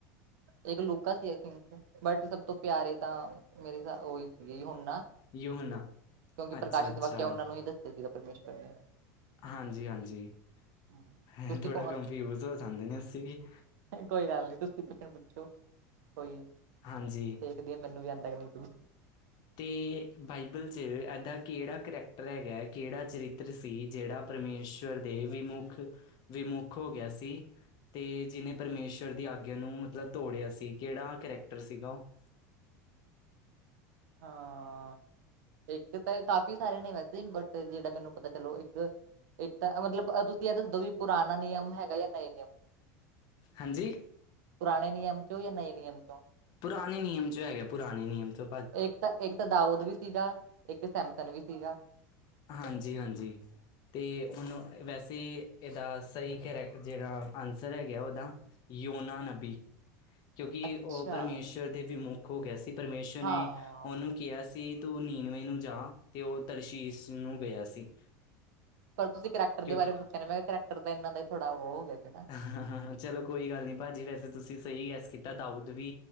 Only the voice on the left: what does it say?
ਯੂਹਨਾ
ਅੱਛਾ
ਅੱਛਾ
ਹਾਂਜੀ-ਹਾਂਜੀ,
ਹੈ
ਥੋੜ੍ਹਾ ਕਫਿਊਜ਼ ਹੋ ਜਾਂਦੇ ਨੇ ਅਸੀਂ ਵੀ।
ਹਾਂਜੀ।
ਤੇ ਬਾਈਬਲ, ਚ ਐਦਾ ਕਿਹੜਾ ਕਰੈਕਟਰ ਹੈਗੈ ਕਿਹੜਾ ਚਰਿੱਤਰ ਸੀ ਜਿਹੜਾ ਪਰਮੇਸ਼ਵਰ ਦੇ ਵਿਮੁੱਖ, ਵਿਮੁੱਖ ਹੋ ਗਿਆ ਸੀ। ਤੇ ਜਿਹਨੇ ਪਰਮੇਸ਼ੁਅਰ ਦੀ ਆਗਿਆ ਨੂੰ ਮਤਲਬ ਤੋੜਿਆ ਸੀ ਕਿਹੜਾ ਕਰੈਕਟਰ ਸੀਗਾ ਉਹ?
ਹਾਂਜੀ
ਪੁਰਾਣੇ ਨਿਯਮ ਚੋਂ ਹੈਗੇ ਪੁਰਾਣੇ ਨਿਯਮ ਚੋਂ।
ਹਾਂਜੀ-ਹਾਂਜੀ। ਤੇ ਉਨੂੰ ਵੈਸੇ ਏਦਾ ਸਈ ਕਰੈਕ ਜੇੜਾ ਆਂਨਸਰ ਹੈਗੈ ਓਦਾ ਯੋਨਾ ਨਬੀ। ਕਿਉਂਕਿ
ਓ ਪਰਮੇਸ਼ਅਰ ਦੇ ਵਿਮੁੱ ਹੋ ਗਿਆ ਸੀ। ਪਰਮੇਸ਼ੁਅਰ
ਨੇ ਉਨੂੰ ਕਿਆ ਸੀ ਤੂੰ ਨੀਵੇਂ ਨੂੰ ਜਾ ਤੇ ਓ ਤਰਸ਼ੀਸ਼ ਨੂੰ ਗਿਆ ਸੀ।
ਕਿਉਂਕਿ
ਹਾਂ, ਹਾਂ, ਹਾ ਚਲੋ ਕੋਈ ਗੱਲ ਨੀਂ ਪਾਜੀ ਵੈਸੇ ਤੁਸੀ ਸਈ ਗੈੱਸ ਕੀਤਾ। ਦਾਊਦ ਵੀ